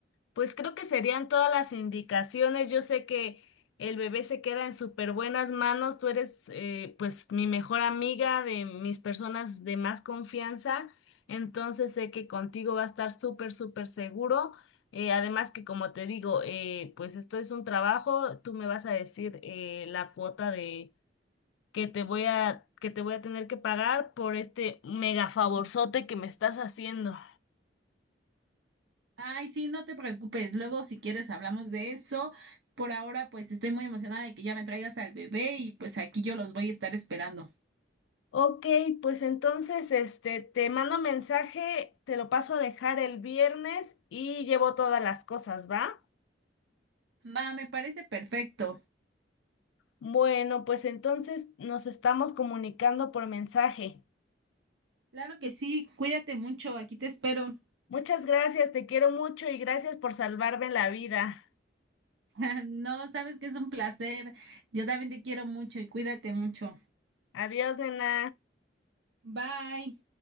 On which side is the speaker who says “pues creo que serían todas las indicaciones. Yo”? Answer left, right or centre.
Left